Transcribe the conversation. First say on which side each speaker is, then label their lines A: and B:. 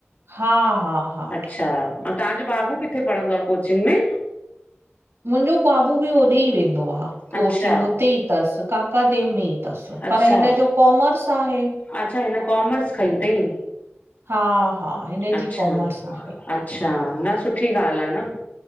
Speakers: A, on the right; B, on the left.
A: हा हा हा --
B: अच्छा ऐं तव्हांजो बाबू किथे पढ़ंदो आहे कोचिंग में
A: मुंहिंजो बाबू बि ओॾे ई वेंदो आहे कोचिंग
B: अच्छा
A: उते ई अथसि काका देव में। तस
B: अच्छा
A: पर हिन जो कॉमर्स आहे।
B: अच्छा हिन कॉमर्स खईं अथई
A: हा-हा हिनजी
B: अच्छा
A: कॉमर्स आहे।
B: अच्छा न सुठी ॻाल्हि आहे न